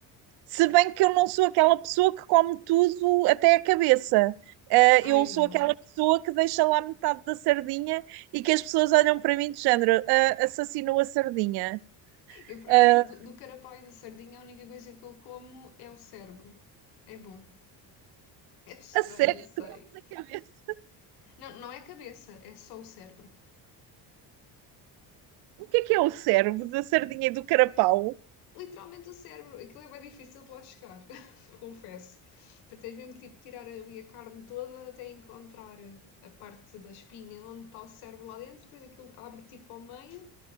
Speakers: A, on the right (about 80°); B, on the left (about 80°).
A: Se bem que eu não sou aquela pessoa que come tudo até a cabeça. Ah,
B: Ai
A: eu sou
B: não.
A: aquela pessoa que deixa lá metade da sardinha e que as pessoas olham para mim de género, "Ah, assassinou a sardinha.
B: Eu por
A: Ah,
B: acaso, do, do carapau e da sardinha, a única coisa que eu como é o cérebro. É bom. É estranho,
A: a sério,
B: eu sei.
A: tu comes a cabeça.
B: Não, não é cabeça, é só o cérebro.
A: O que é que é o cérebro da sardinha e do carapau?
B: literalmente o cérebro. Aquilo é bem difícil de lá chegar, <laughs> confesso. Porque tens mesmo que tipo, tirar ali a carne toda até encontrar a parte da espinha onde está o cérebro lá dentro, depois aquilo abre tipo ao meio